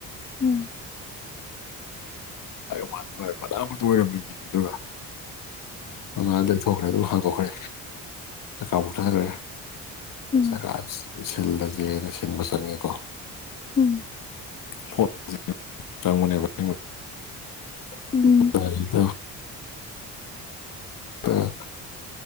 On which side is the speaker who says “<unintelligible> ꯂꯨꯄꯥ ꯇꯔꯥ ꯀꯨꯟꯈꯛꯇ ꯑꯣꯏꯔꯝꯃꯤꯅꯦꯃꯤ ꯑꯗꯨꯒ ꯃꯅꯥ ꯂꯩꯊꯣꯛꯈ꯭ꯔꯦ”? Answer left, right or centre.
Left